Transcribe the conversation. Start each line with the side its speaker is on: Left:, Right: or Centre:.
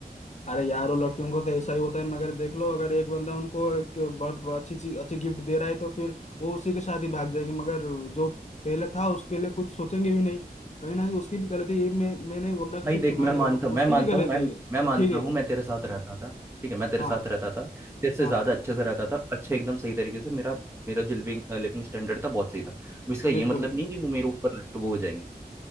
Left: अरे यार वो लड़कियों को तो ऐसा ही होता है मगर देख लो अगर एक बंदा उनको एक बहुत बहुत अच्छी चीज अच्छी गिफ्ट दे रहा है तो फिर वो उसी के साथ ही भाग जाएंगे मगर जो पहले था उसके लिए कुछ सोचेंगे भी नहीं कहीं ना कहीं उसकी भी गलती है ये मैं मैं नहीं बोल रहा कि
Right: भाई
Left: सिर्फ
Right: देख
Left: तुम्हारी
Right: मैं मानता
Left: गलती है,
Right: मैं
Left: उसकी
Right: मानता
Left: भी गलती
Right: हूँ मैं
Left: है
Right: मैं मानता
Left: ठीक है
Right: हूँ मैं तेरे साथ रहता था ठीक है मैं तेरे
Left: हाँ
Right: साथ रहता था तेरे से
Left: हाँ
Right: ज्यादा अच्छे से रहता था अच्छे एकदम सही तरीके से मेरा मेरा जो लिविंग लिविंग स्टैंडर्ड था बहुत सही था अब इसका ये
Left: बिल्कुल
Right: मतलब नहीं कि वो मेरे ऊपर लट वो हो जाएंगी